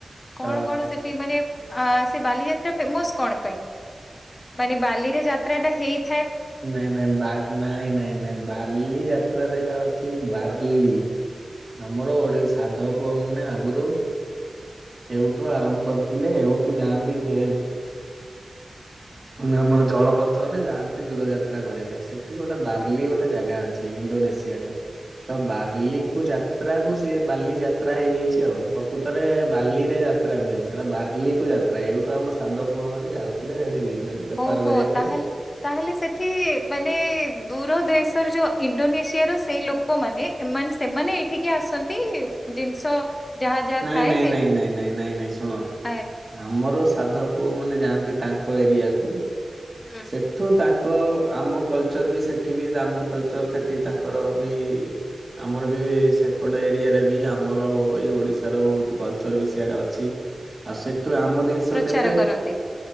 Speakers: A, on the left; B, on the right.
A: କଣ
B: ତ
A: କଣ ସେଠି ମାନେ ଆ ସେ ବାଲିଯାତ୍ରା ଫେମସ କଣ ପାଇଁ ମାନେ ବାଲିରେ ଯାତ୍ରାଟା ହେଇ
B: ନାଇଁ ନାଇଁ ନାଇଁ ନାଇଁ ନାଇଁ ବାର୍ଲି ଯାତ୍ରା ସେଇଟା ଅଛି ବାର୍ଲି ଆମର ଓଡି ସାଧ ପୁଅ ମାନେ ଆଗରୁ ଏଉଠୁ ଆରମ୍ଭ କରିଥିଲେ ଏଉଠୁ ଯାଆନ୍ତି ସେ ମ ଆମର ଜଳପଥରରେ ଯାଆନ୍ତି ଦୂରଯାତ୍ରା କରିବା ପାଇଁ ସେଠି ଗୋଟେ ବାର୍ଲି ଗୋଟେ ଜାଗା ଅଛି ଇଣ୍ଡୋନେସିଆରେ ତ ବାର୍ଲିକୁ ଯାତ୍ରା କୁ ସେ ବାଲି ଯାତ୍ରା ହେଇଯାଇଛି ଆଉ ପ୍ରକୃତରେ ବାଲିରେ ଯାତ୍ରା ଯାତ୍ରା ନୁହେଁ ସେଇଟ ବାର୍ଲିକୁ ଯାତ୍ରା ଏଇଠୁ ଆମ ସାଧବପୁଅମାନେ ଯାଉଥିଲେ। ସେଇଠି ବିଜନେସ୍ ବେପାର
A: ଓହୋ
B: କରିବା ପାଇଁ
A: ତାହେଲେ ତାହେଲେ ସେଠି ମାନେ ଦୂରଦେଶର ଯୋଉ ଇଣ୍ଡୋନେସିଆର ସେଇ ଲୋକ ଲୋକମାନେ ଏମାନେ ସେମାନେ ଏଇଠିକି ଆସନ୍ତି ଜିନିଷ ଯାହା ଯାହା
B: ନାଇଁ
A: ଥାଏ
B: ନାଇଁ
A: ସେଇଠି
B: ନାଇଁ ନାଇଁ ନାଇଁ ନାଇଁ ଶୁଣ।
A: ଆ
B: ଆମର ସାଧ ପୁଅମାନେ ଯାଆନ୍ତି ତାଙ୍କ ଏରିଆକୁ।
A: ହୁଁ।
B: ସେଠୁ ତାଙ୍କ ତ ଆମ କଲଚର ବି ସେଠି ବି ଆମ କଲଚର ସେଠି ତାଙ୍କର ବି ଆମର ବି ସେପଟ ଏରିଆରେ ଆମର ଏଇ ଓଡିଶାର ବହୁତ କଲଚର ବି ସେଆଡେ ଅଛି ଆଉ ସେଠୁ ଆମ ଜିନ
A: ପ୍ରଚାର
B: ଷ ଦେବେ
A: କରନ୍ତି